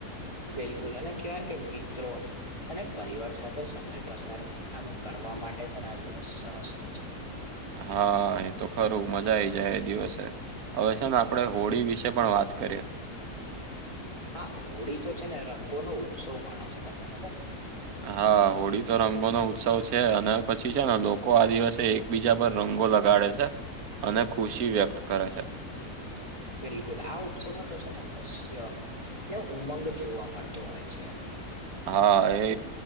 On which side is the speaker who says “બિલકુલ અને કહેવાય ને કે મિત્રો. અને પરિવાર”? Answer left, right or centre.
Left